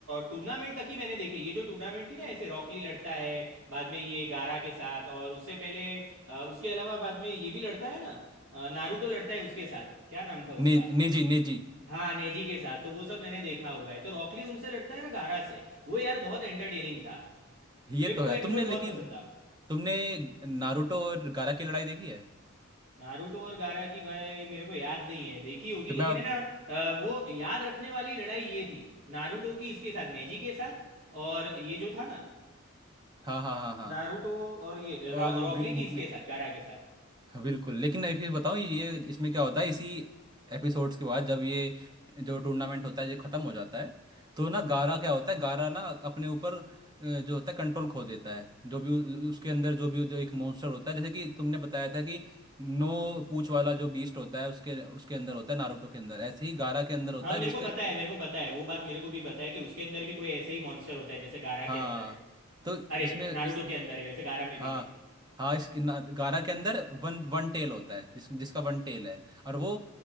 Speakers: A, on the right; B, on the right.
A: टूर्नामेंट तक ही मैंने देखे ये जो टूर्नामेंट थी ना ऐसे रॉकली लड़ता है बाद में ये गारा के साथ और उससे पहले अ, उसके अलावा बाद में ये भी लड़ता है ना अ, नारुतो लड़ता है उसके साथ क्या नाम था उसका
B: ने, नेजी नेजी
A: हाँ नेजी के साथ तो वो सब मैंने देखा हुआ है तो रॉकली उनसे लड़ता है ना गारा से वो यार बहुत एंटरटेनिंग था
B: ये
A: मेरे
B: तो
A: को
B: है
A: वो एपिसोड
B: तुमने लेकिन
A: बहुत पसंद था
B: तुमने नारुतो और गारा की लड़ाई देखी है
A: नारुतो और गारा की भाई मेरे को याद नहीं है देखी होगी
B: तो मैं
A: लेकिन है ना अ, वो याद रखने वाली लड़ाई ये थी नारुतो की इसके साथ नेजी के साथ और ये जो था ना
B: हाँ हाँ हाँ हाँ
A: नारुतो और ये
B: और
A: रॉ- रॉकली
B: ग्रीन-
A: की इसके साथ गारा के साथ
B: हाँ, बिल्कुल लेकिन एक चीज़ बताऊँ ये इसमें क्या होता है इसी एपिसोड्स के बाद जब ये जो टूर्नामेंट होता है ये ख़त्म हो जाता है तो ना गारा क्या होता है गारा ना अपने ऊपर अ, जो होता है कंट्रोल खो देता है जो भी उ- उसके अंदर जो भी जो एक मॉन्स्टर होता है जैसे कि तुमने बताया था कि नो पूछ वाला जो बीस्ट होता है उसके उसके अंदर होता है नारुतो के अंदर ऐसे ही गारा के अंदर होता
A: हाँ मेरे
B: है जिसके
A: को पता है मेरे को पता है वो बात मेरे को भी पता है कि उसके अंदर भी कोई ऐसे ही मॉन्स्टर होता है जैसे गारा
B: हाँ
A: के अंदर है
B: तो इसमें
A: अरे नारुतो
B: इस
A: के अंदर है वैसे गारा में
B: हाँ
A: भी है
B: हाँ इस ना- गारा के अंदर वन वन टेल होता है जिस जिसका वन टेल है और वो